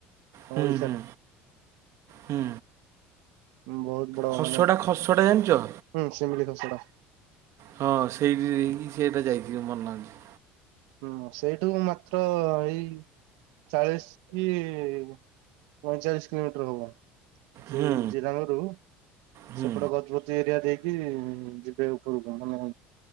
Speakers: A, on the right; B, on the right.
A: ହୁଁ
B: ଓଡିଶାର
A: ହୁଁ ହୁଁ
B: ବହୁତ ବଡ
A: ଖସଡ଼ା
B: ମାନେ
A: ଖସଡ଼ା
B: ହୁଁ
A: ଜାଣିଛ
B: ସେମଳିଥା ସେଟା
A: ହଁ ସେଇଠି ଯକି ସେଇଟା ଯାଇଥିବି ମନଉଛି।
B: ହୁଁ ସେଇଠୁ ମାତ୍ର ଏଇ ଚାଳିଶ। ପଇଁଚାଳିଶ କିଲୋମିଟର ହବ ସେ
A: ହୁଁ
B: ଜଲାନରୁ
A: ହୁଁ
B: ସେପଟେ ଗଜପତି ଏରିଆ ଦେଇକି ଯିବେ ଉପରକୁ ମାନେ